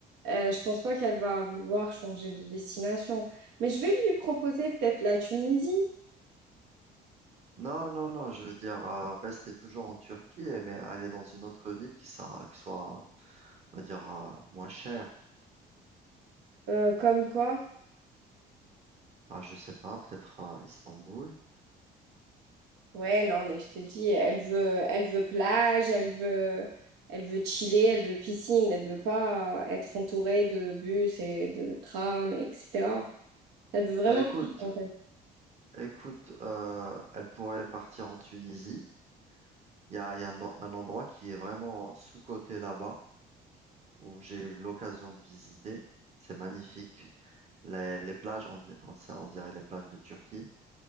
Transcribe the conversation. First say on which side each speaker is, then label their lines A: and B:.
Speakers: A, on the right; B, on the right.
A: euh, je pense pas qu'elle va vouloir changer de destination. Mais je vais lui proposer peut-être la Tunisie,
B: Non, non, non, je veux dire, euh, rester toujours en Turquie, eh, mais aller dans une autre ville qui sera, qui soit, on va dire, euh, moins chère.
A: euh, comme quoi.
B: Ah, je sais pas, peut-être euh, Istanbul.
A: Ouais, non, mais je te dis, elle veut, elle veut plage, elle veut, elle veut chiller, elle veut piscine, elle veut pas être entourée de bus et de trams, etc. Elle veut vraiment
B: Bah écoute,
A: chiller, en fait.
B: écoute, euh, elle pourrait partir en Tunisie. Il y a, il y a un, un endroit qui est vraiment sous-coté là-bas, où j'ai eu l'occasion de visiter. C'est magnifique. Les, les plages, on, di- on- ça, on dirait les plages de Turquie.